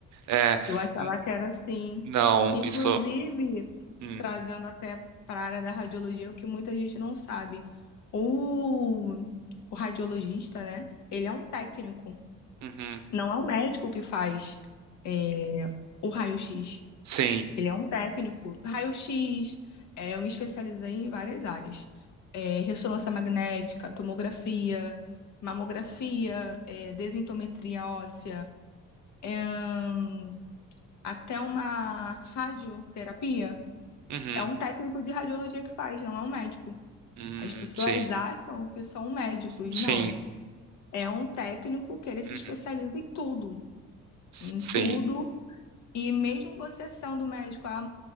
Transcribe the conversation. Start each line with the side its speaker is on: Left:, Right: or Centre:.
Right: É,
Left: eu achava
Right: n-
Left: que era assim.
Right: não,
Left: Inclusive,
Right: isso. hum,
Left: trazendo até para a área da radiologia, o que muita gente não sabe, o, o radiologista, né? Ele é um técnico,
Right: uhum,
Left: não é o médico que faz é, o raio-x.
Right: sim.
Left: Ele é um técnico. Raio-X, é, eu me especializei em várias áreas. É, ressonância magnética, tomografia, mamografia, é, desintometria óssea, é, hum, até uma radioterapia.
Right: Uhum,
Left: É um técnico de radiologia que faz, não é um médico.
Right: uhum,
Left: As pessoas
Right: sim.
Left: acham que são médicos,
Right: Sim.
Left: não. É um técnico que ele se
Right: Uhum,
Left: especializa em tudo,
Right: sim.
Left: em tudo. E mesmo você sendo médico, ah,